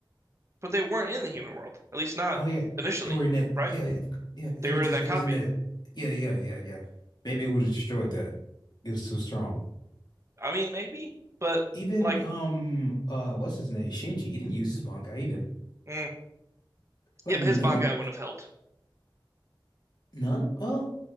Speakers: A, on the right; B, on the left.
A: But they weren't in the human world, at least not
B: Oh yeah.
A: initially,
B: They were in that
A: right?
B: yeah, of- yeah, it
A: They were
B: was just
A: in that
B: it
A: copy.
B: was in that yeah, yeah, yeah, yeah. Maybe it would have destroyed that. It was too strong.
A: I mean, maybe, but
B: Even
A: like,
B: um uh what's his name? Shinji, he didn't use his Bankai either.
A: mm,
B: Like
A: yeah, but
B: none
A: his Bangai wouldn't have helped.
B: none? Well,